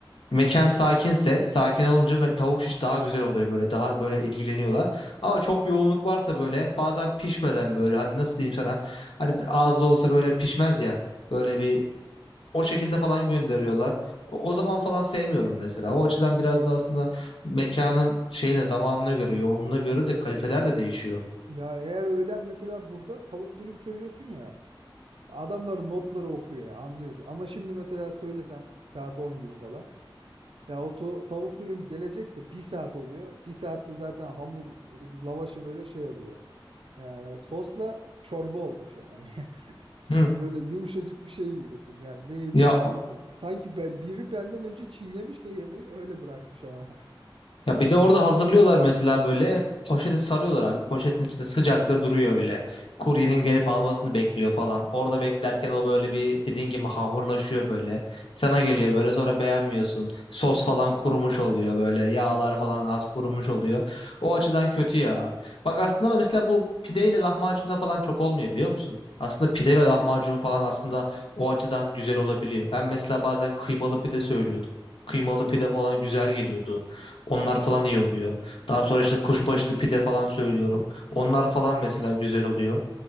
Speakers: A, on the left; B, on the right.
A: mekan sakinse sakin olunca me- tavuk şiş daha güzel oluyor böyle daha böyle ilgileniyorlar. Ama çok yoğunluk varsa böyle bazen pişmeden böyle hani nasıl diyeyim sana hani az da olsa böyle pişmez ya böyle bir o şekilde falan gönderiyorlar. O, o zaman falan sevmiyorum mesela. O açıdan biraz da aslında mekanın şeyine zamanına göre yoğunluğuna göre de kaliteler de değişiyor.
B: Ya eğer öğlen mesela burada tavuk dürüm söylüyorsun ya. Adamların notları okuyor ya anlıyorsun. Ama şimdi mesela söylesem saat 10 gibi falan. Ya o tu- tavuk dürüm gelecek de bir saat oluyor. Bir saatte zaten hamur lavaşı böyle şey oluyor. Ee, sosla çorba olmuş yani. <laughs>
A: Hı.
B: Böyle yumuşacık bir şey yiyorsun yani ne yediğini
A: Ya
B: bilmiyorsun. Sanki be- biri benden önce çiğnemiş de yemeği öyle bırakmış ama. <laughs>
A: Ya bir de orada hazırlıyorlar mesela böyle poşete sarıyorlar abi. Poşetin içinde sıcakta duruyor öyle. Kuryenin gelip almasını bekliyor falan. Orada beklerken o böyle bir dediğin gibi hamurlaşıyor böyle. Sana geliyor böyle sonra beğenmiyorsun. Sos falan kurumuş oluyor böyle. Yağlar falan az kurumuş oluyor. O açıdan kötü ya. Bak aslında ama mesela bu pideyle lahmacunda falan çok olmuyor biliyor musun? Aslında pide ve lahmacun falan aslında o açıdan güzel olabiliyor. Ben mesela bazen kıymalı pide söylüyordum. Kıymalı pide falan güzel geliyordu. Onlar falan iyi oluyor. Daha sonra işte kuşbaşlı pide falan söylüyorum. Onlar falan mesela güzel oluyor.